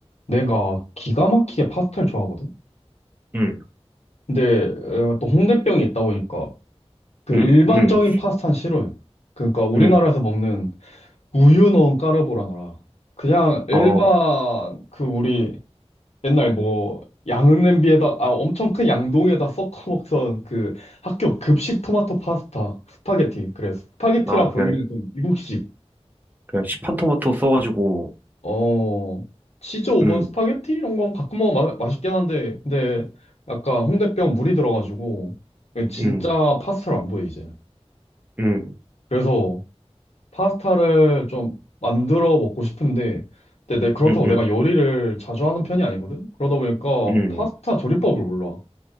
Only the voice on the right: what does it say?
응,
응,
응,
응.
어,
나
그냥,
그냥 시판 토마토 써가지고,
응,
응,
응,
응, 응,
응,